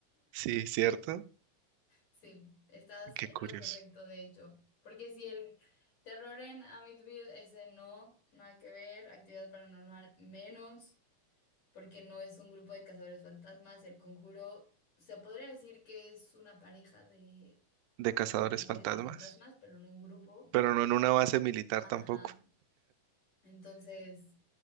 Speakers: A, on the right; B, on the left.
A: Sí, cierto.
B: Sí, estás
A: Qué
B: en
A: curioso.
B: lo correcto, de hecho. Porque si el terror en Amityville, ese no, nada que ver, actividad paranormal menos, porque no es un grupo de cazadores fantasmas, el conjuro, se podría decir que es una pareja de
A: De cazadores
B: cazadores
A: fantasmas.
B: de fantasmas, pero no un grupo.
A: Pero no en una base militar
B: Ajá,
A: tampoco.
B: entonces,